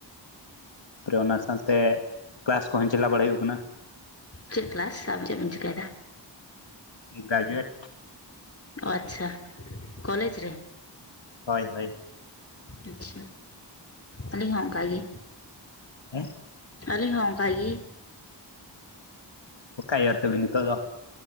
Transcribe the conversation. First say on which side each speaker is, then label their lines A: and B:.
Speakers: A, on the left; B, on the left.
A: ᱛᱟᱨᱯᱚᱨᱮ ᱚᱱᱟ ᱥᱟᱶᱛᱮ ᱠᱞᱟᱥ ᱠᱚᱦᱚᱸ ᱪᱟᱞᱟᱣ ᱵᱟᱲᱟ ᱦᱩᱭᱩᱜ ᱠᱟᱱᱟ ᱾
B: ᱪᱮᱫ ᱠᱞᱟᱥ? ᱟᱢ ᱪᱮᱫ ᱮᱢ ᱪᱤᱠᱟᱹᱭ ᱫᱟ
A: ᱜᱨᱮᱡᱩᱭᱮᱴ
B: ᱚ ᱟᱪᱪᱷᱟ ᱠᱚᱞᱮᱡᱽ ᱨᱮ
A: ᱦᱳᱭ ᱦᱳᱭ
B: ᱟᱪᱪᱷᱟ ᱟᱹᱞᱤᱧ ᱦᱚᱸ ᱚᱱᱠᱟ ᱜᱮ᱾
A: ᱦᱮᱸ
B: ᱟᱹᱞᱤᱧ ᱦᱚᱸ ᱚᱱᱠᱟ ᱜᱮ᱾
A: ᱟᱪᱪᱷᱟ᱾ᱚᱠᱟ ᱤᱭᱟᱨ ᱛᱟᱵᱮᱱ ᱱᱤᱛᱚᱜ ᱫᱚ